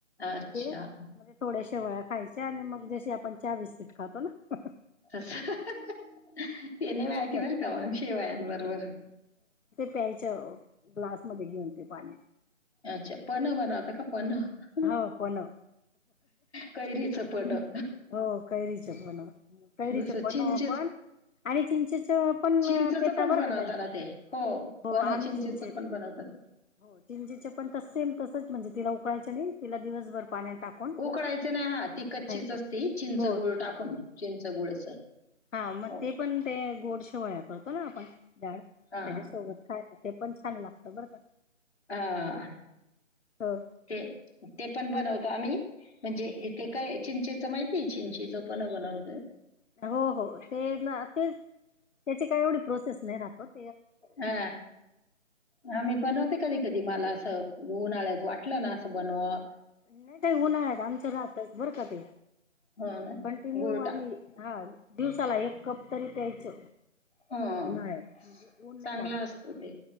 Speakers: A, on the left; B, on the left.
A: अच्छा.
B: म्हणजे म्हणजे थोड्याश वेयात खायचे आणि मग जशी आपण चहा बिस्किट खातो ना-
A: त <unintelligible> ते नाही माहिती
B: तसं
A: बर का? मग शेवायां बरोबर.
B: प्यायच्या ग्लासमध्येध्ये घेऊन ते पाणी.
A: अच्छा पन्ह बनवता का पन्ह
B: हो पण
A: कैरीच पन्ह
B: हो कैरीच पण कैरीच
A: जस
B: पण
A: चिंचेच
B: पण आणि चिंचेच च पण
A: चिंचेचं
B: पिता
A: पण
B: बर
A: बनवता
B: का ताई
A: ना ते? हो.
B: हो
A: पन्ह
B: आम्ही
A: चिंचेचं
B: चिंचें
A: पण बनवतात.
B: हो चिंचेंचे पण सेम तस म्हणजे तिला उकळायंच आणि तिला दिवसभर पाण्यात टाकून
A: उकळायचे नाही हा ती कच्चीच
B: नाही
A: असते. चिंच
B: हो
A: गुळ टाकून चिंच गुळच हो.
B: हा मग ते पण ते गोड शेवळ्या करत हा ना आपण झाड त्याच्या
A: हां, हां.
B: सोबत खायल ते पण छान लागतं बरं का.
A: ह
B: हो
A: ते ते
B: वेगवेगळे
A: पण बनवतो आम्ही म्हणजे
B: हा हा
A: इथे काय चिंचें माहित नाही चिंचेंच पन्ह बनवत.
B: हो हो ते ना तेज ते ते काही एवढी प्रोसेस नाही राहत ओ
A: हा हा मी बनवते कधी कधी कीं मला असं उन्हाळ्यात वाटलं ना असं बनवावा
B: नाही ताई उन्हाळ्यात आमचं राहतच बर का ते
A: हो ना.
B: कंटिन्यू
A: गूळ टा
B: आम्ही दिवसाला एक कप तरी प्यायचं.
A: हो
B: उन्हाळ्यात म्हणजे ऊन नाही
A: चांगलं
B: लागत
A: असत
B: त्याच्याने
A: ते